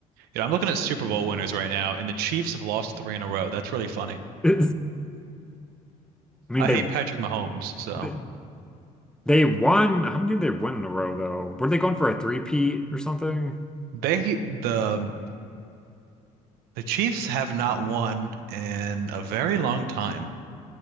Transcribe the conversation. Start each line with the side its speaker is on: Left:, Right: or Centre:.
Right: You know, I'm looking at Super Bowl winners right now, and the Chiefs have lost three in a row. That's really funny.
Centre: <laughs> I mean
Right: I
Centre: they
Right: hate Patrick Mahomes, so
Centre: they they won. How many did they win in a row though? Were they going for a three-peat or something?
Right: they the The Chiefs have not won in a very long time.